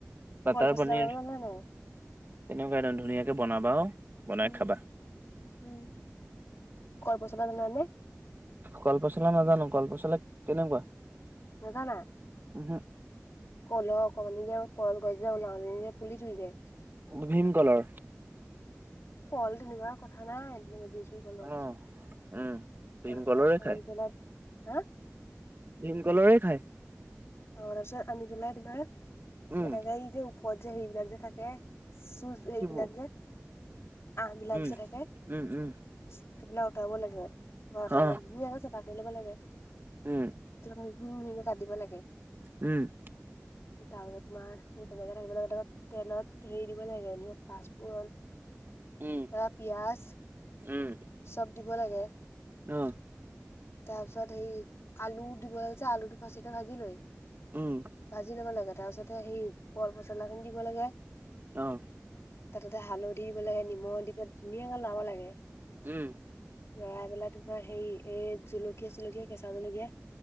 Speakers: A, on the right; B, on the left.
A: বাটাৰ
B: কলপচলা
A: পনীৰ
B: বনাব
A: তেনেকুৱা
B: জানা নে নাই?
A: একদম ধুনীয়াকে বনাবা। বনাই
B: উম
A: খাবা।
B: উম, কল পচলা জানানে?
A: কলপচলা নাজানো, কলপচলা কেনেকুৱা?
B: নাজানা?
A: উমহু।
B: কলহ অকমান নি যে কল গছ যে ওলাওঁ <unintelligible> পুলি ধুই যায়।
A: উম ভীমকলৰ।
B: কল তেনেকুৱা কথা নাই এ দি <unintelligible> টি কলৰ
A: অ উম ভীমকলৰে
B: তাৰপিছত
A: খায়
B: আনি পেলাই হা
A: ভীমকলৰে খায়।
B: অ তাৰপিছত আমি তোলাই তিবা
A: উম
B: এনেকাই এই যে ওপৰত যে হেৰিবিলাক যে থাকে চু এইবিলাক
A: কিব
B: যে আহবিলাক
A: উম
B: যে থাকে।
A: উম উম
B: সেইবিলাক উতাব লাগে, <unintelligible> পেলাই
A: অ
B: ধুনীয়াকে চাফা কৰি ল'ব লাগে। <unintelligible>
A: উম
B: মিহি মিহিকে কাটিব লাগে।
A: উম।
B: তাৰপিছত তোমাৰ সেই তেনেকে থাকিব লাগে ত তেলত হেৰি দিব লাগে এনে পাঁচফোৰণ।
A: উম
B: ত পিয়াজ
A: উম
B: চব দিব লাগে।
A: অ।
B: তাৰ পিছত সেই আলু দিব যে আলুটো ফাচিক ভাজি লৈ
A: উম।
B: ভাজি ল'ব লাগে তাৰ পিছতে সেই কল পচলাখিনি দিব লাগে।
A: অ।
B: তাতে তা হালধি দিব লাগে, নিমখ দি পে ধুনীয়াকে লাব লাগে।
A: উম।
B: লৰাই পেলাই তোমাৰ হেৰি এই জুলকীয়া - চুলকীয়া কেঁচা জলকীয়া।